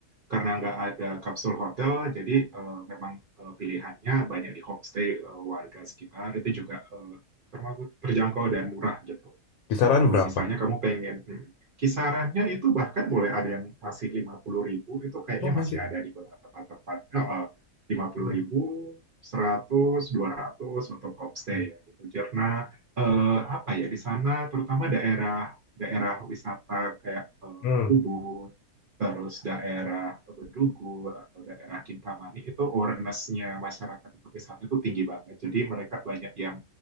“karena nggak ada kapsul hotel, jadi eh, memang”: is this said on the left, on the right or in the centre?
Right